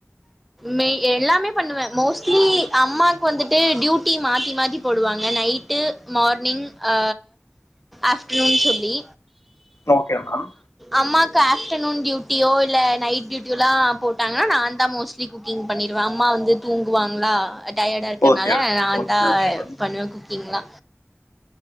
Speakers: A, in the centre; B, on the left.
A: மெய் எல்லாமே பண்ணுவே மோஸ்ட்லி அம்மா <inaudible> வந்துட்டு டியூட்டி மாத்தி மாத்தி போடுவாங்க நைட்டு மார்னிங் ஆ ஆஃப்டெர்னூன் சொல்லி
B: ஓகே மேம்
A: அம்மாக்கு ஆஃப்டெர்னூன் டியூட்டியோ இல்ல நைட் டியூட்டியோல்லா போட்டாங்கன்னா நா தா மோஸ் குக்கிங் பண்ணிருவே அம்மா வந்து தூங்குவாங்களா டயர்டா இருக்கனால
B: ஓகே
A: நான்ந்தா
B: ஓகே ஓகே மேம்
A: பண்ணுவே குக்கிங்லா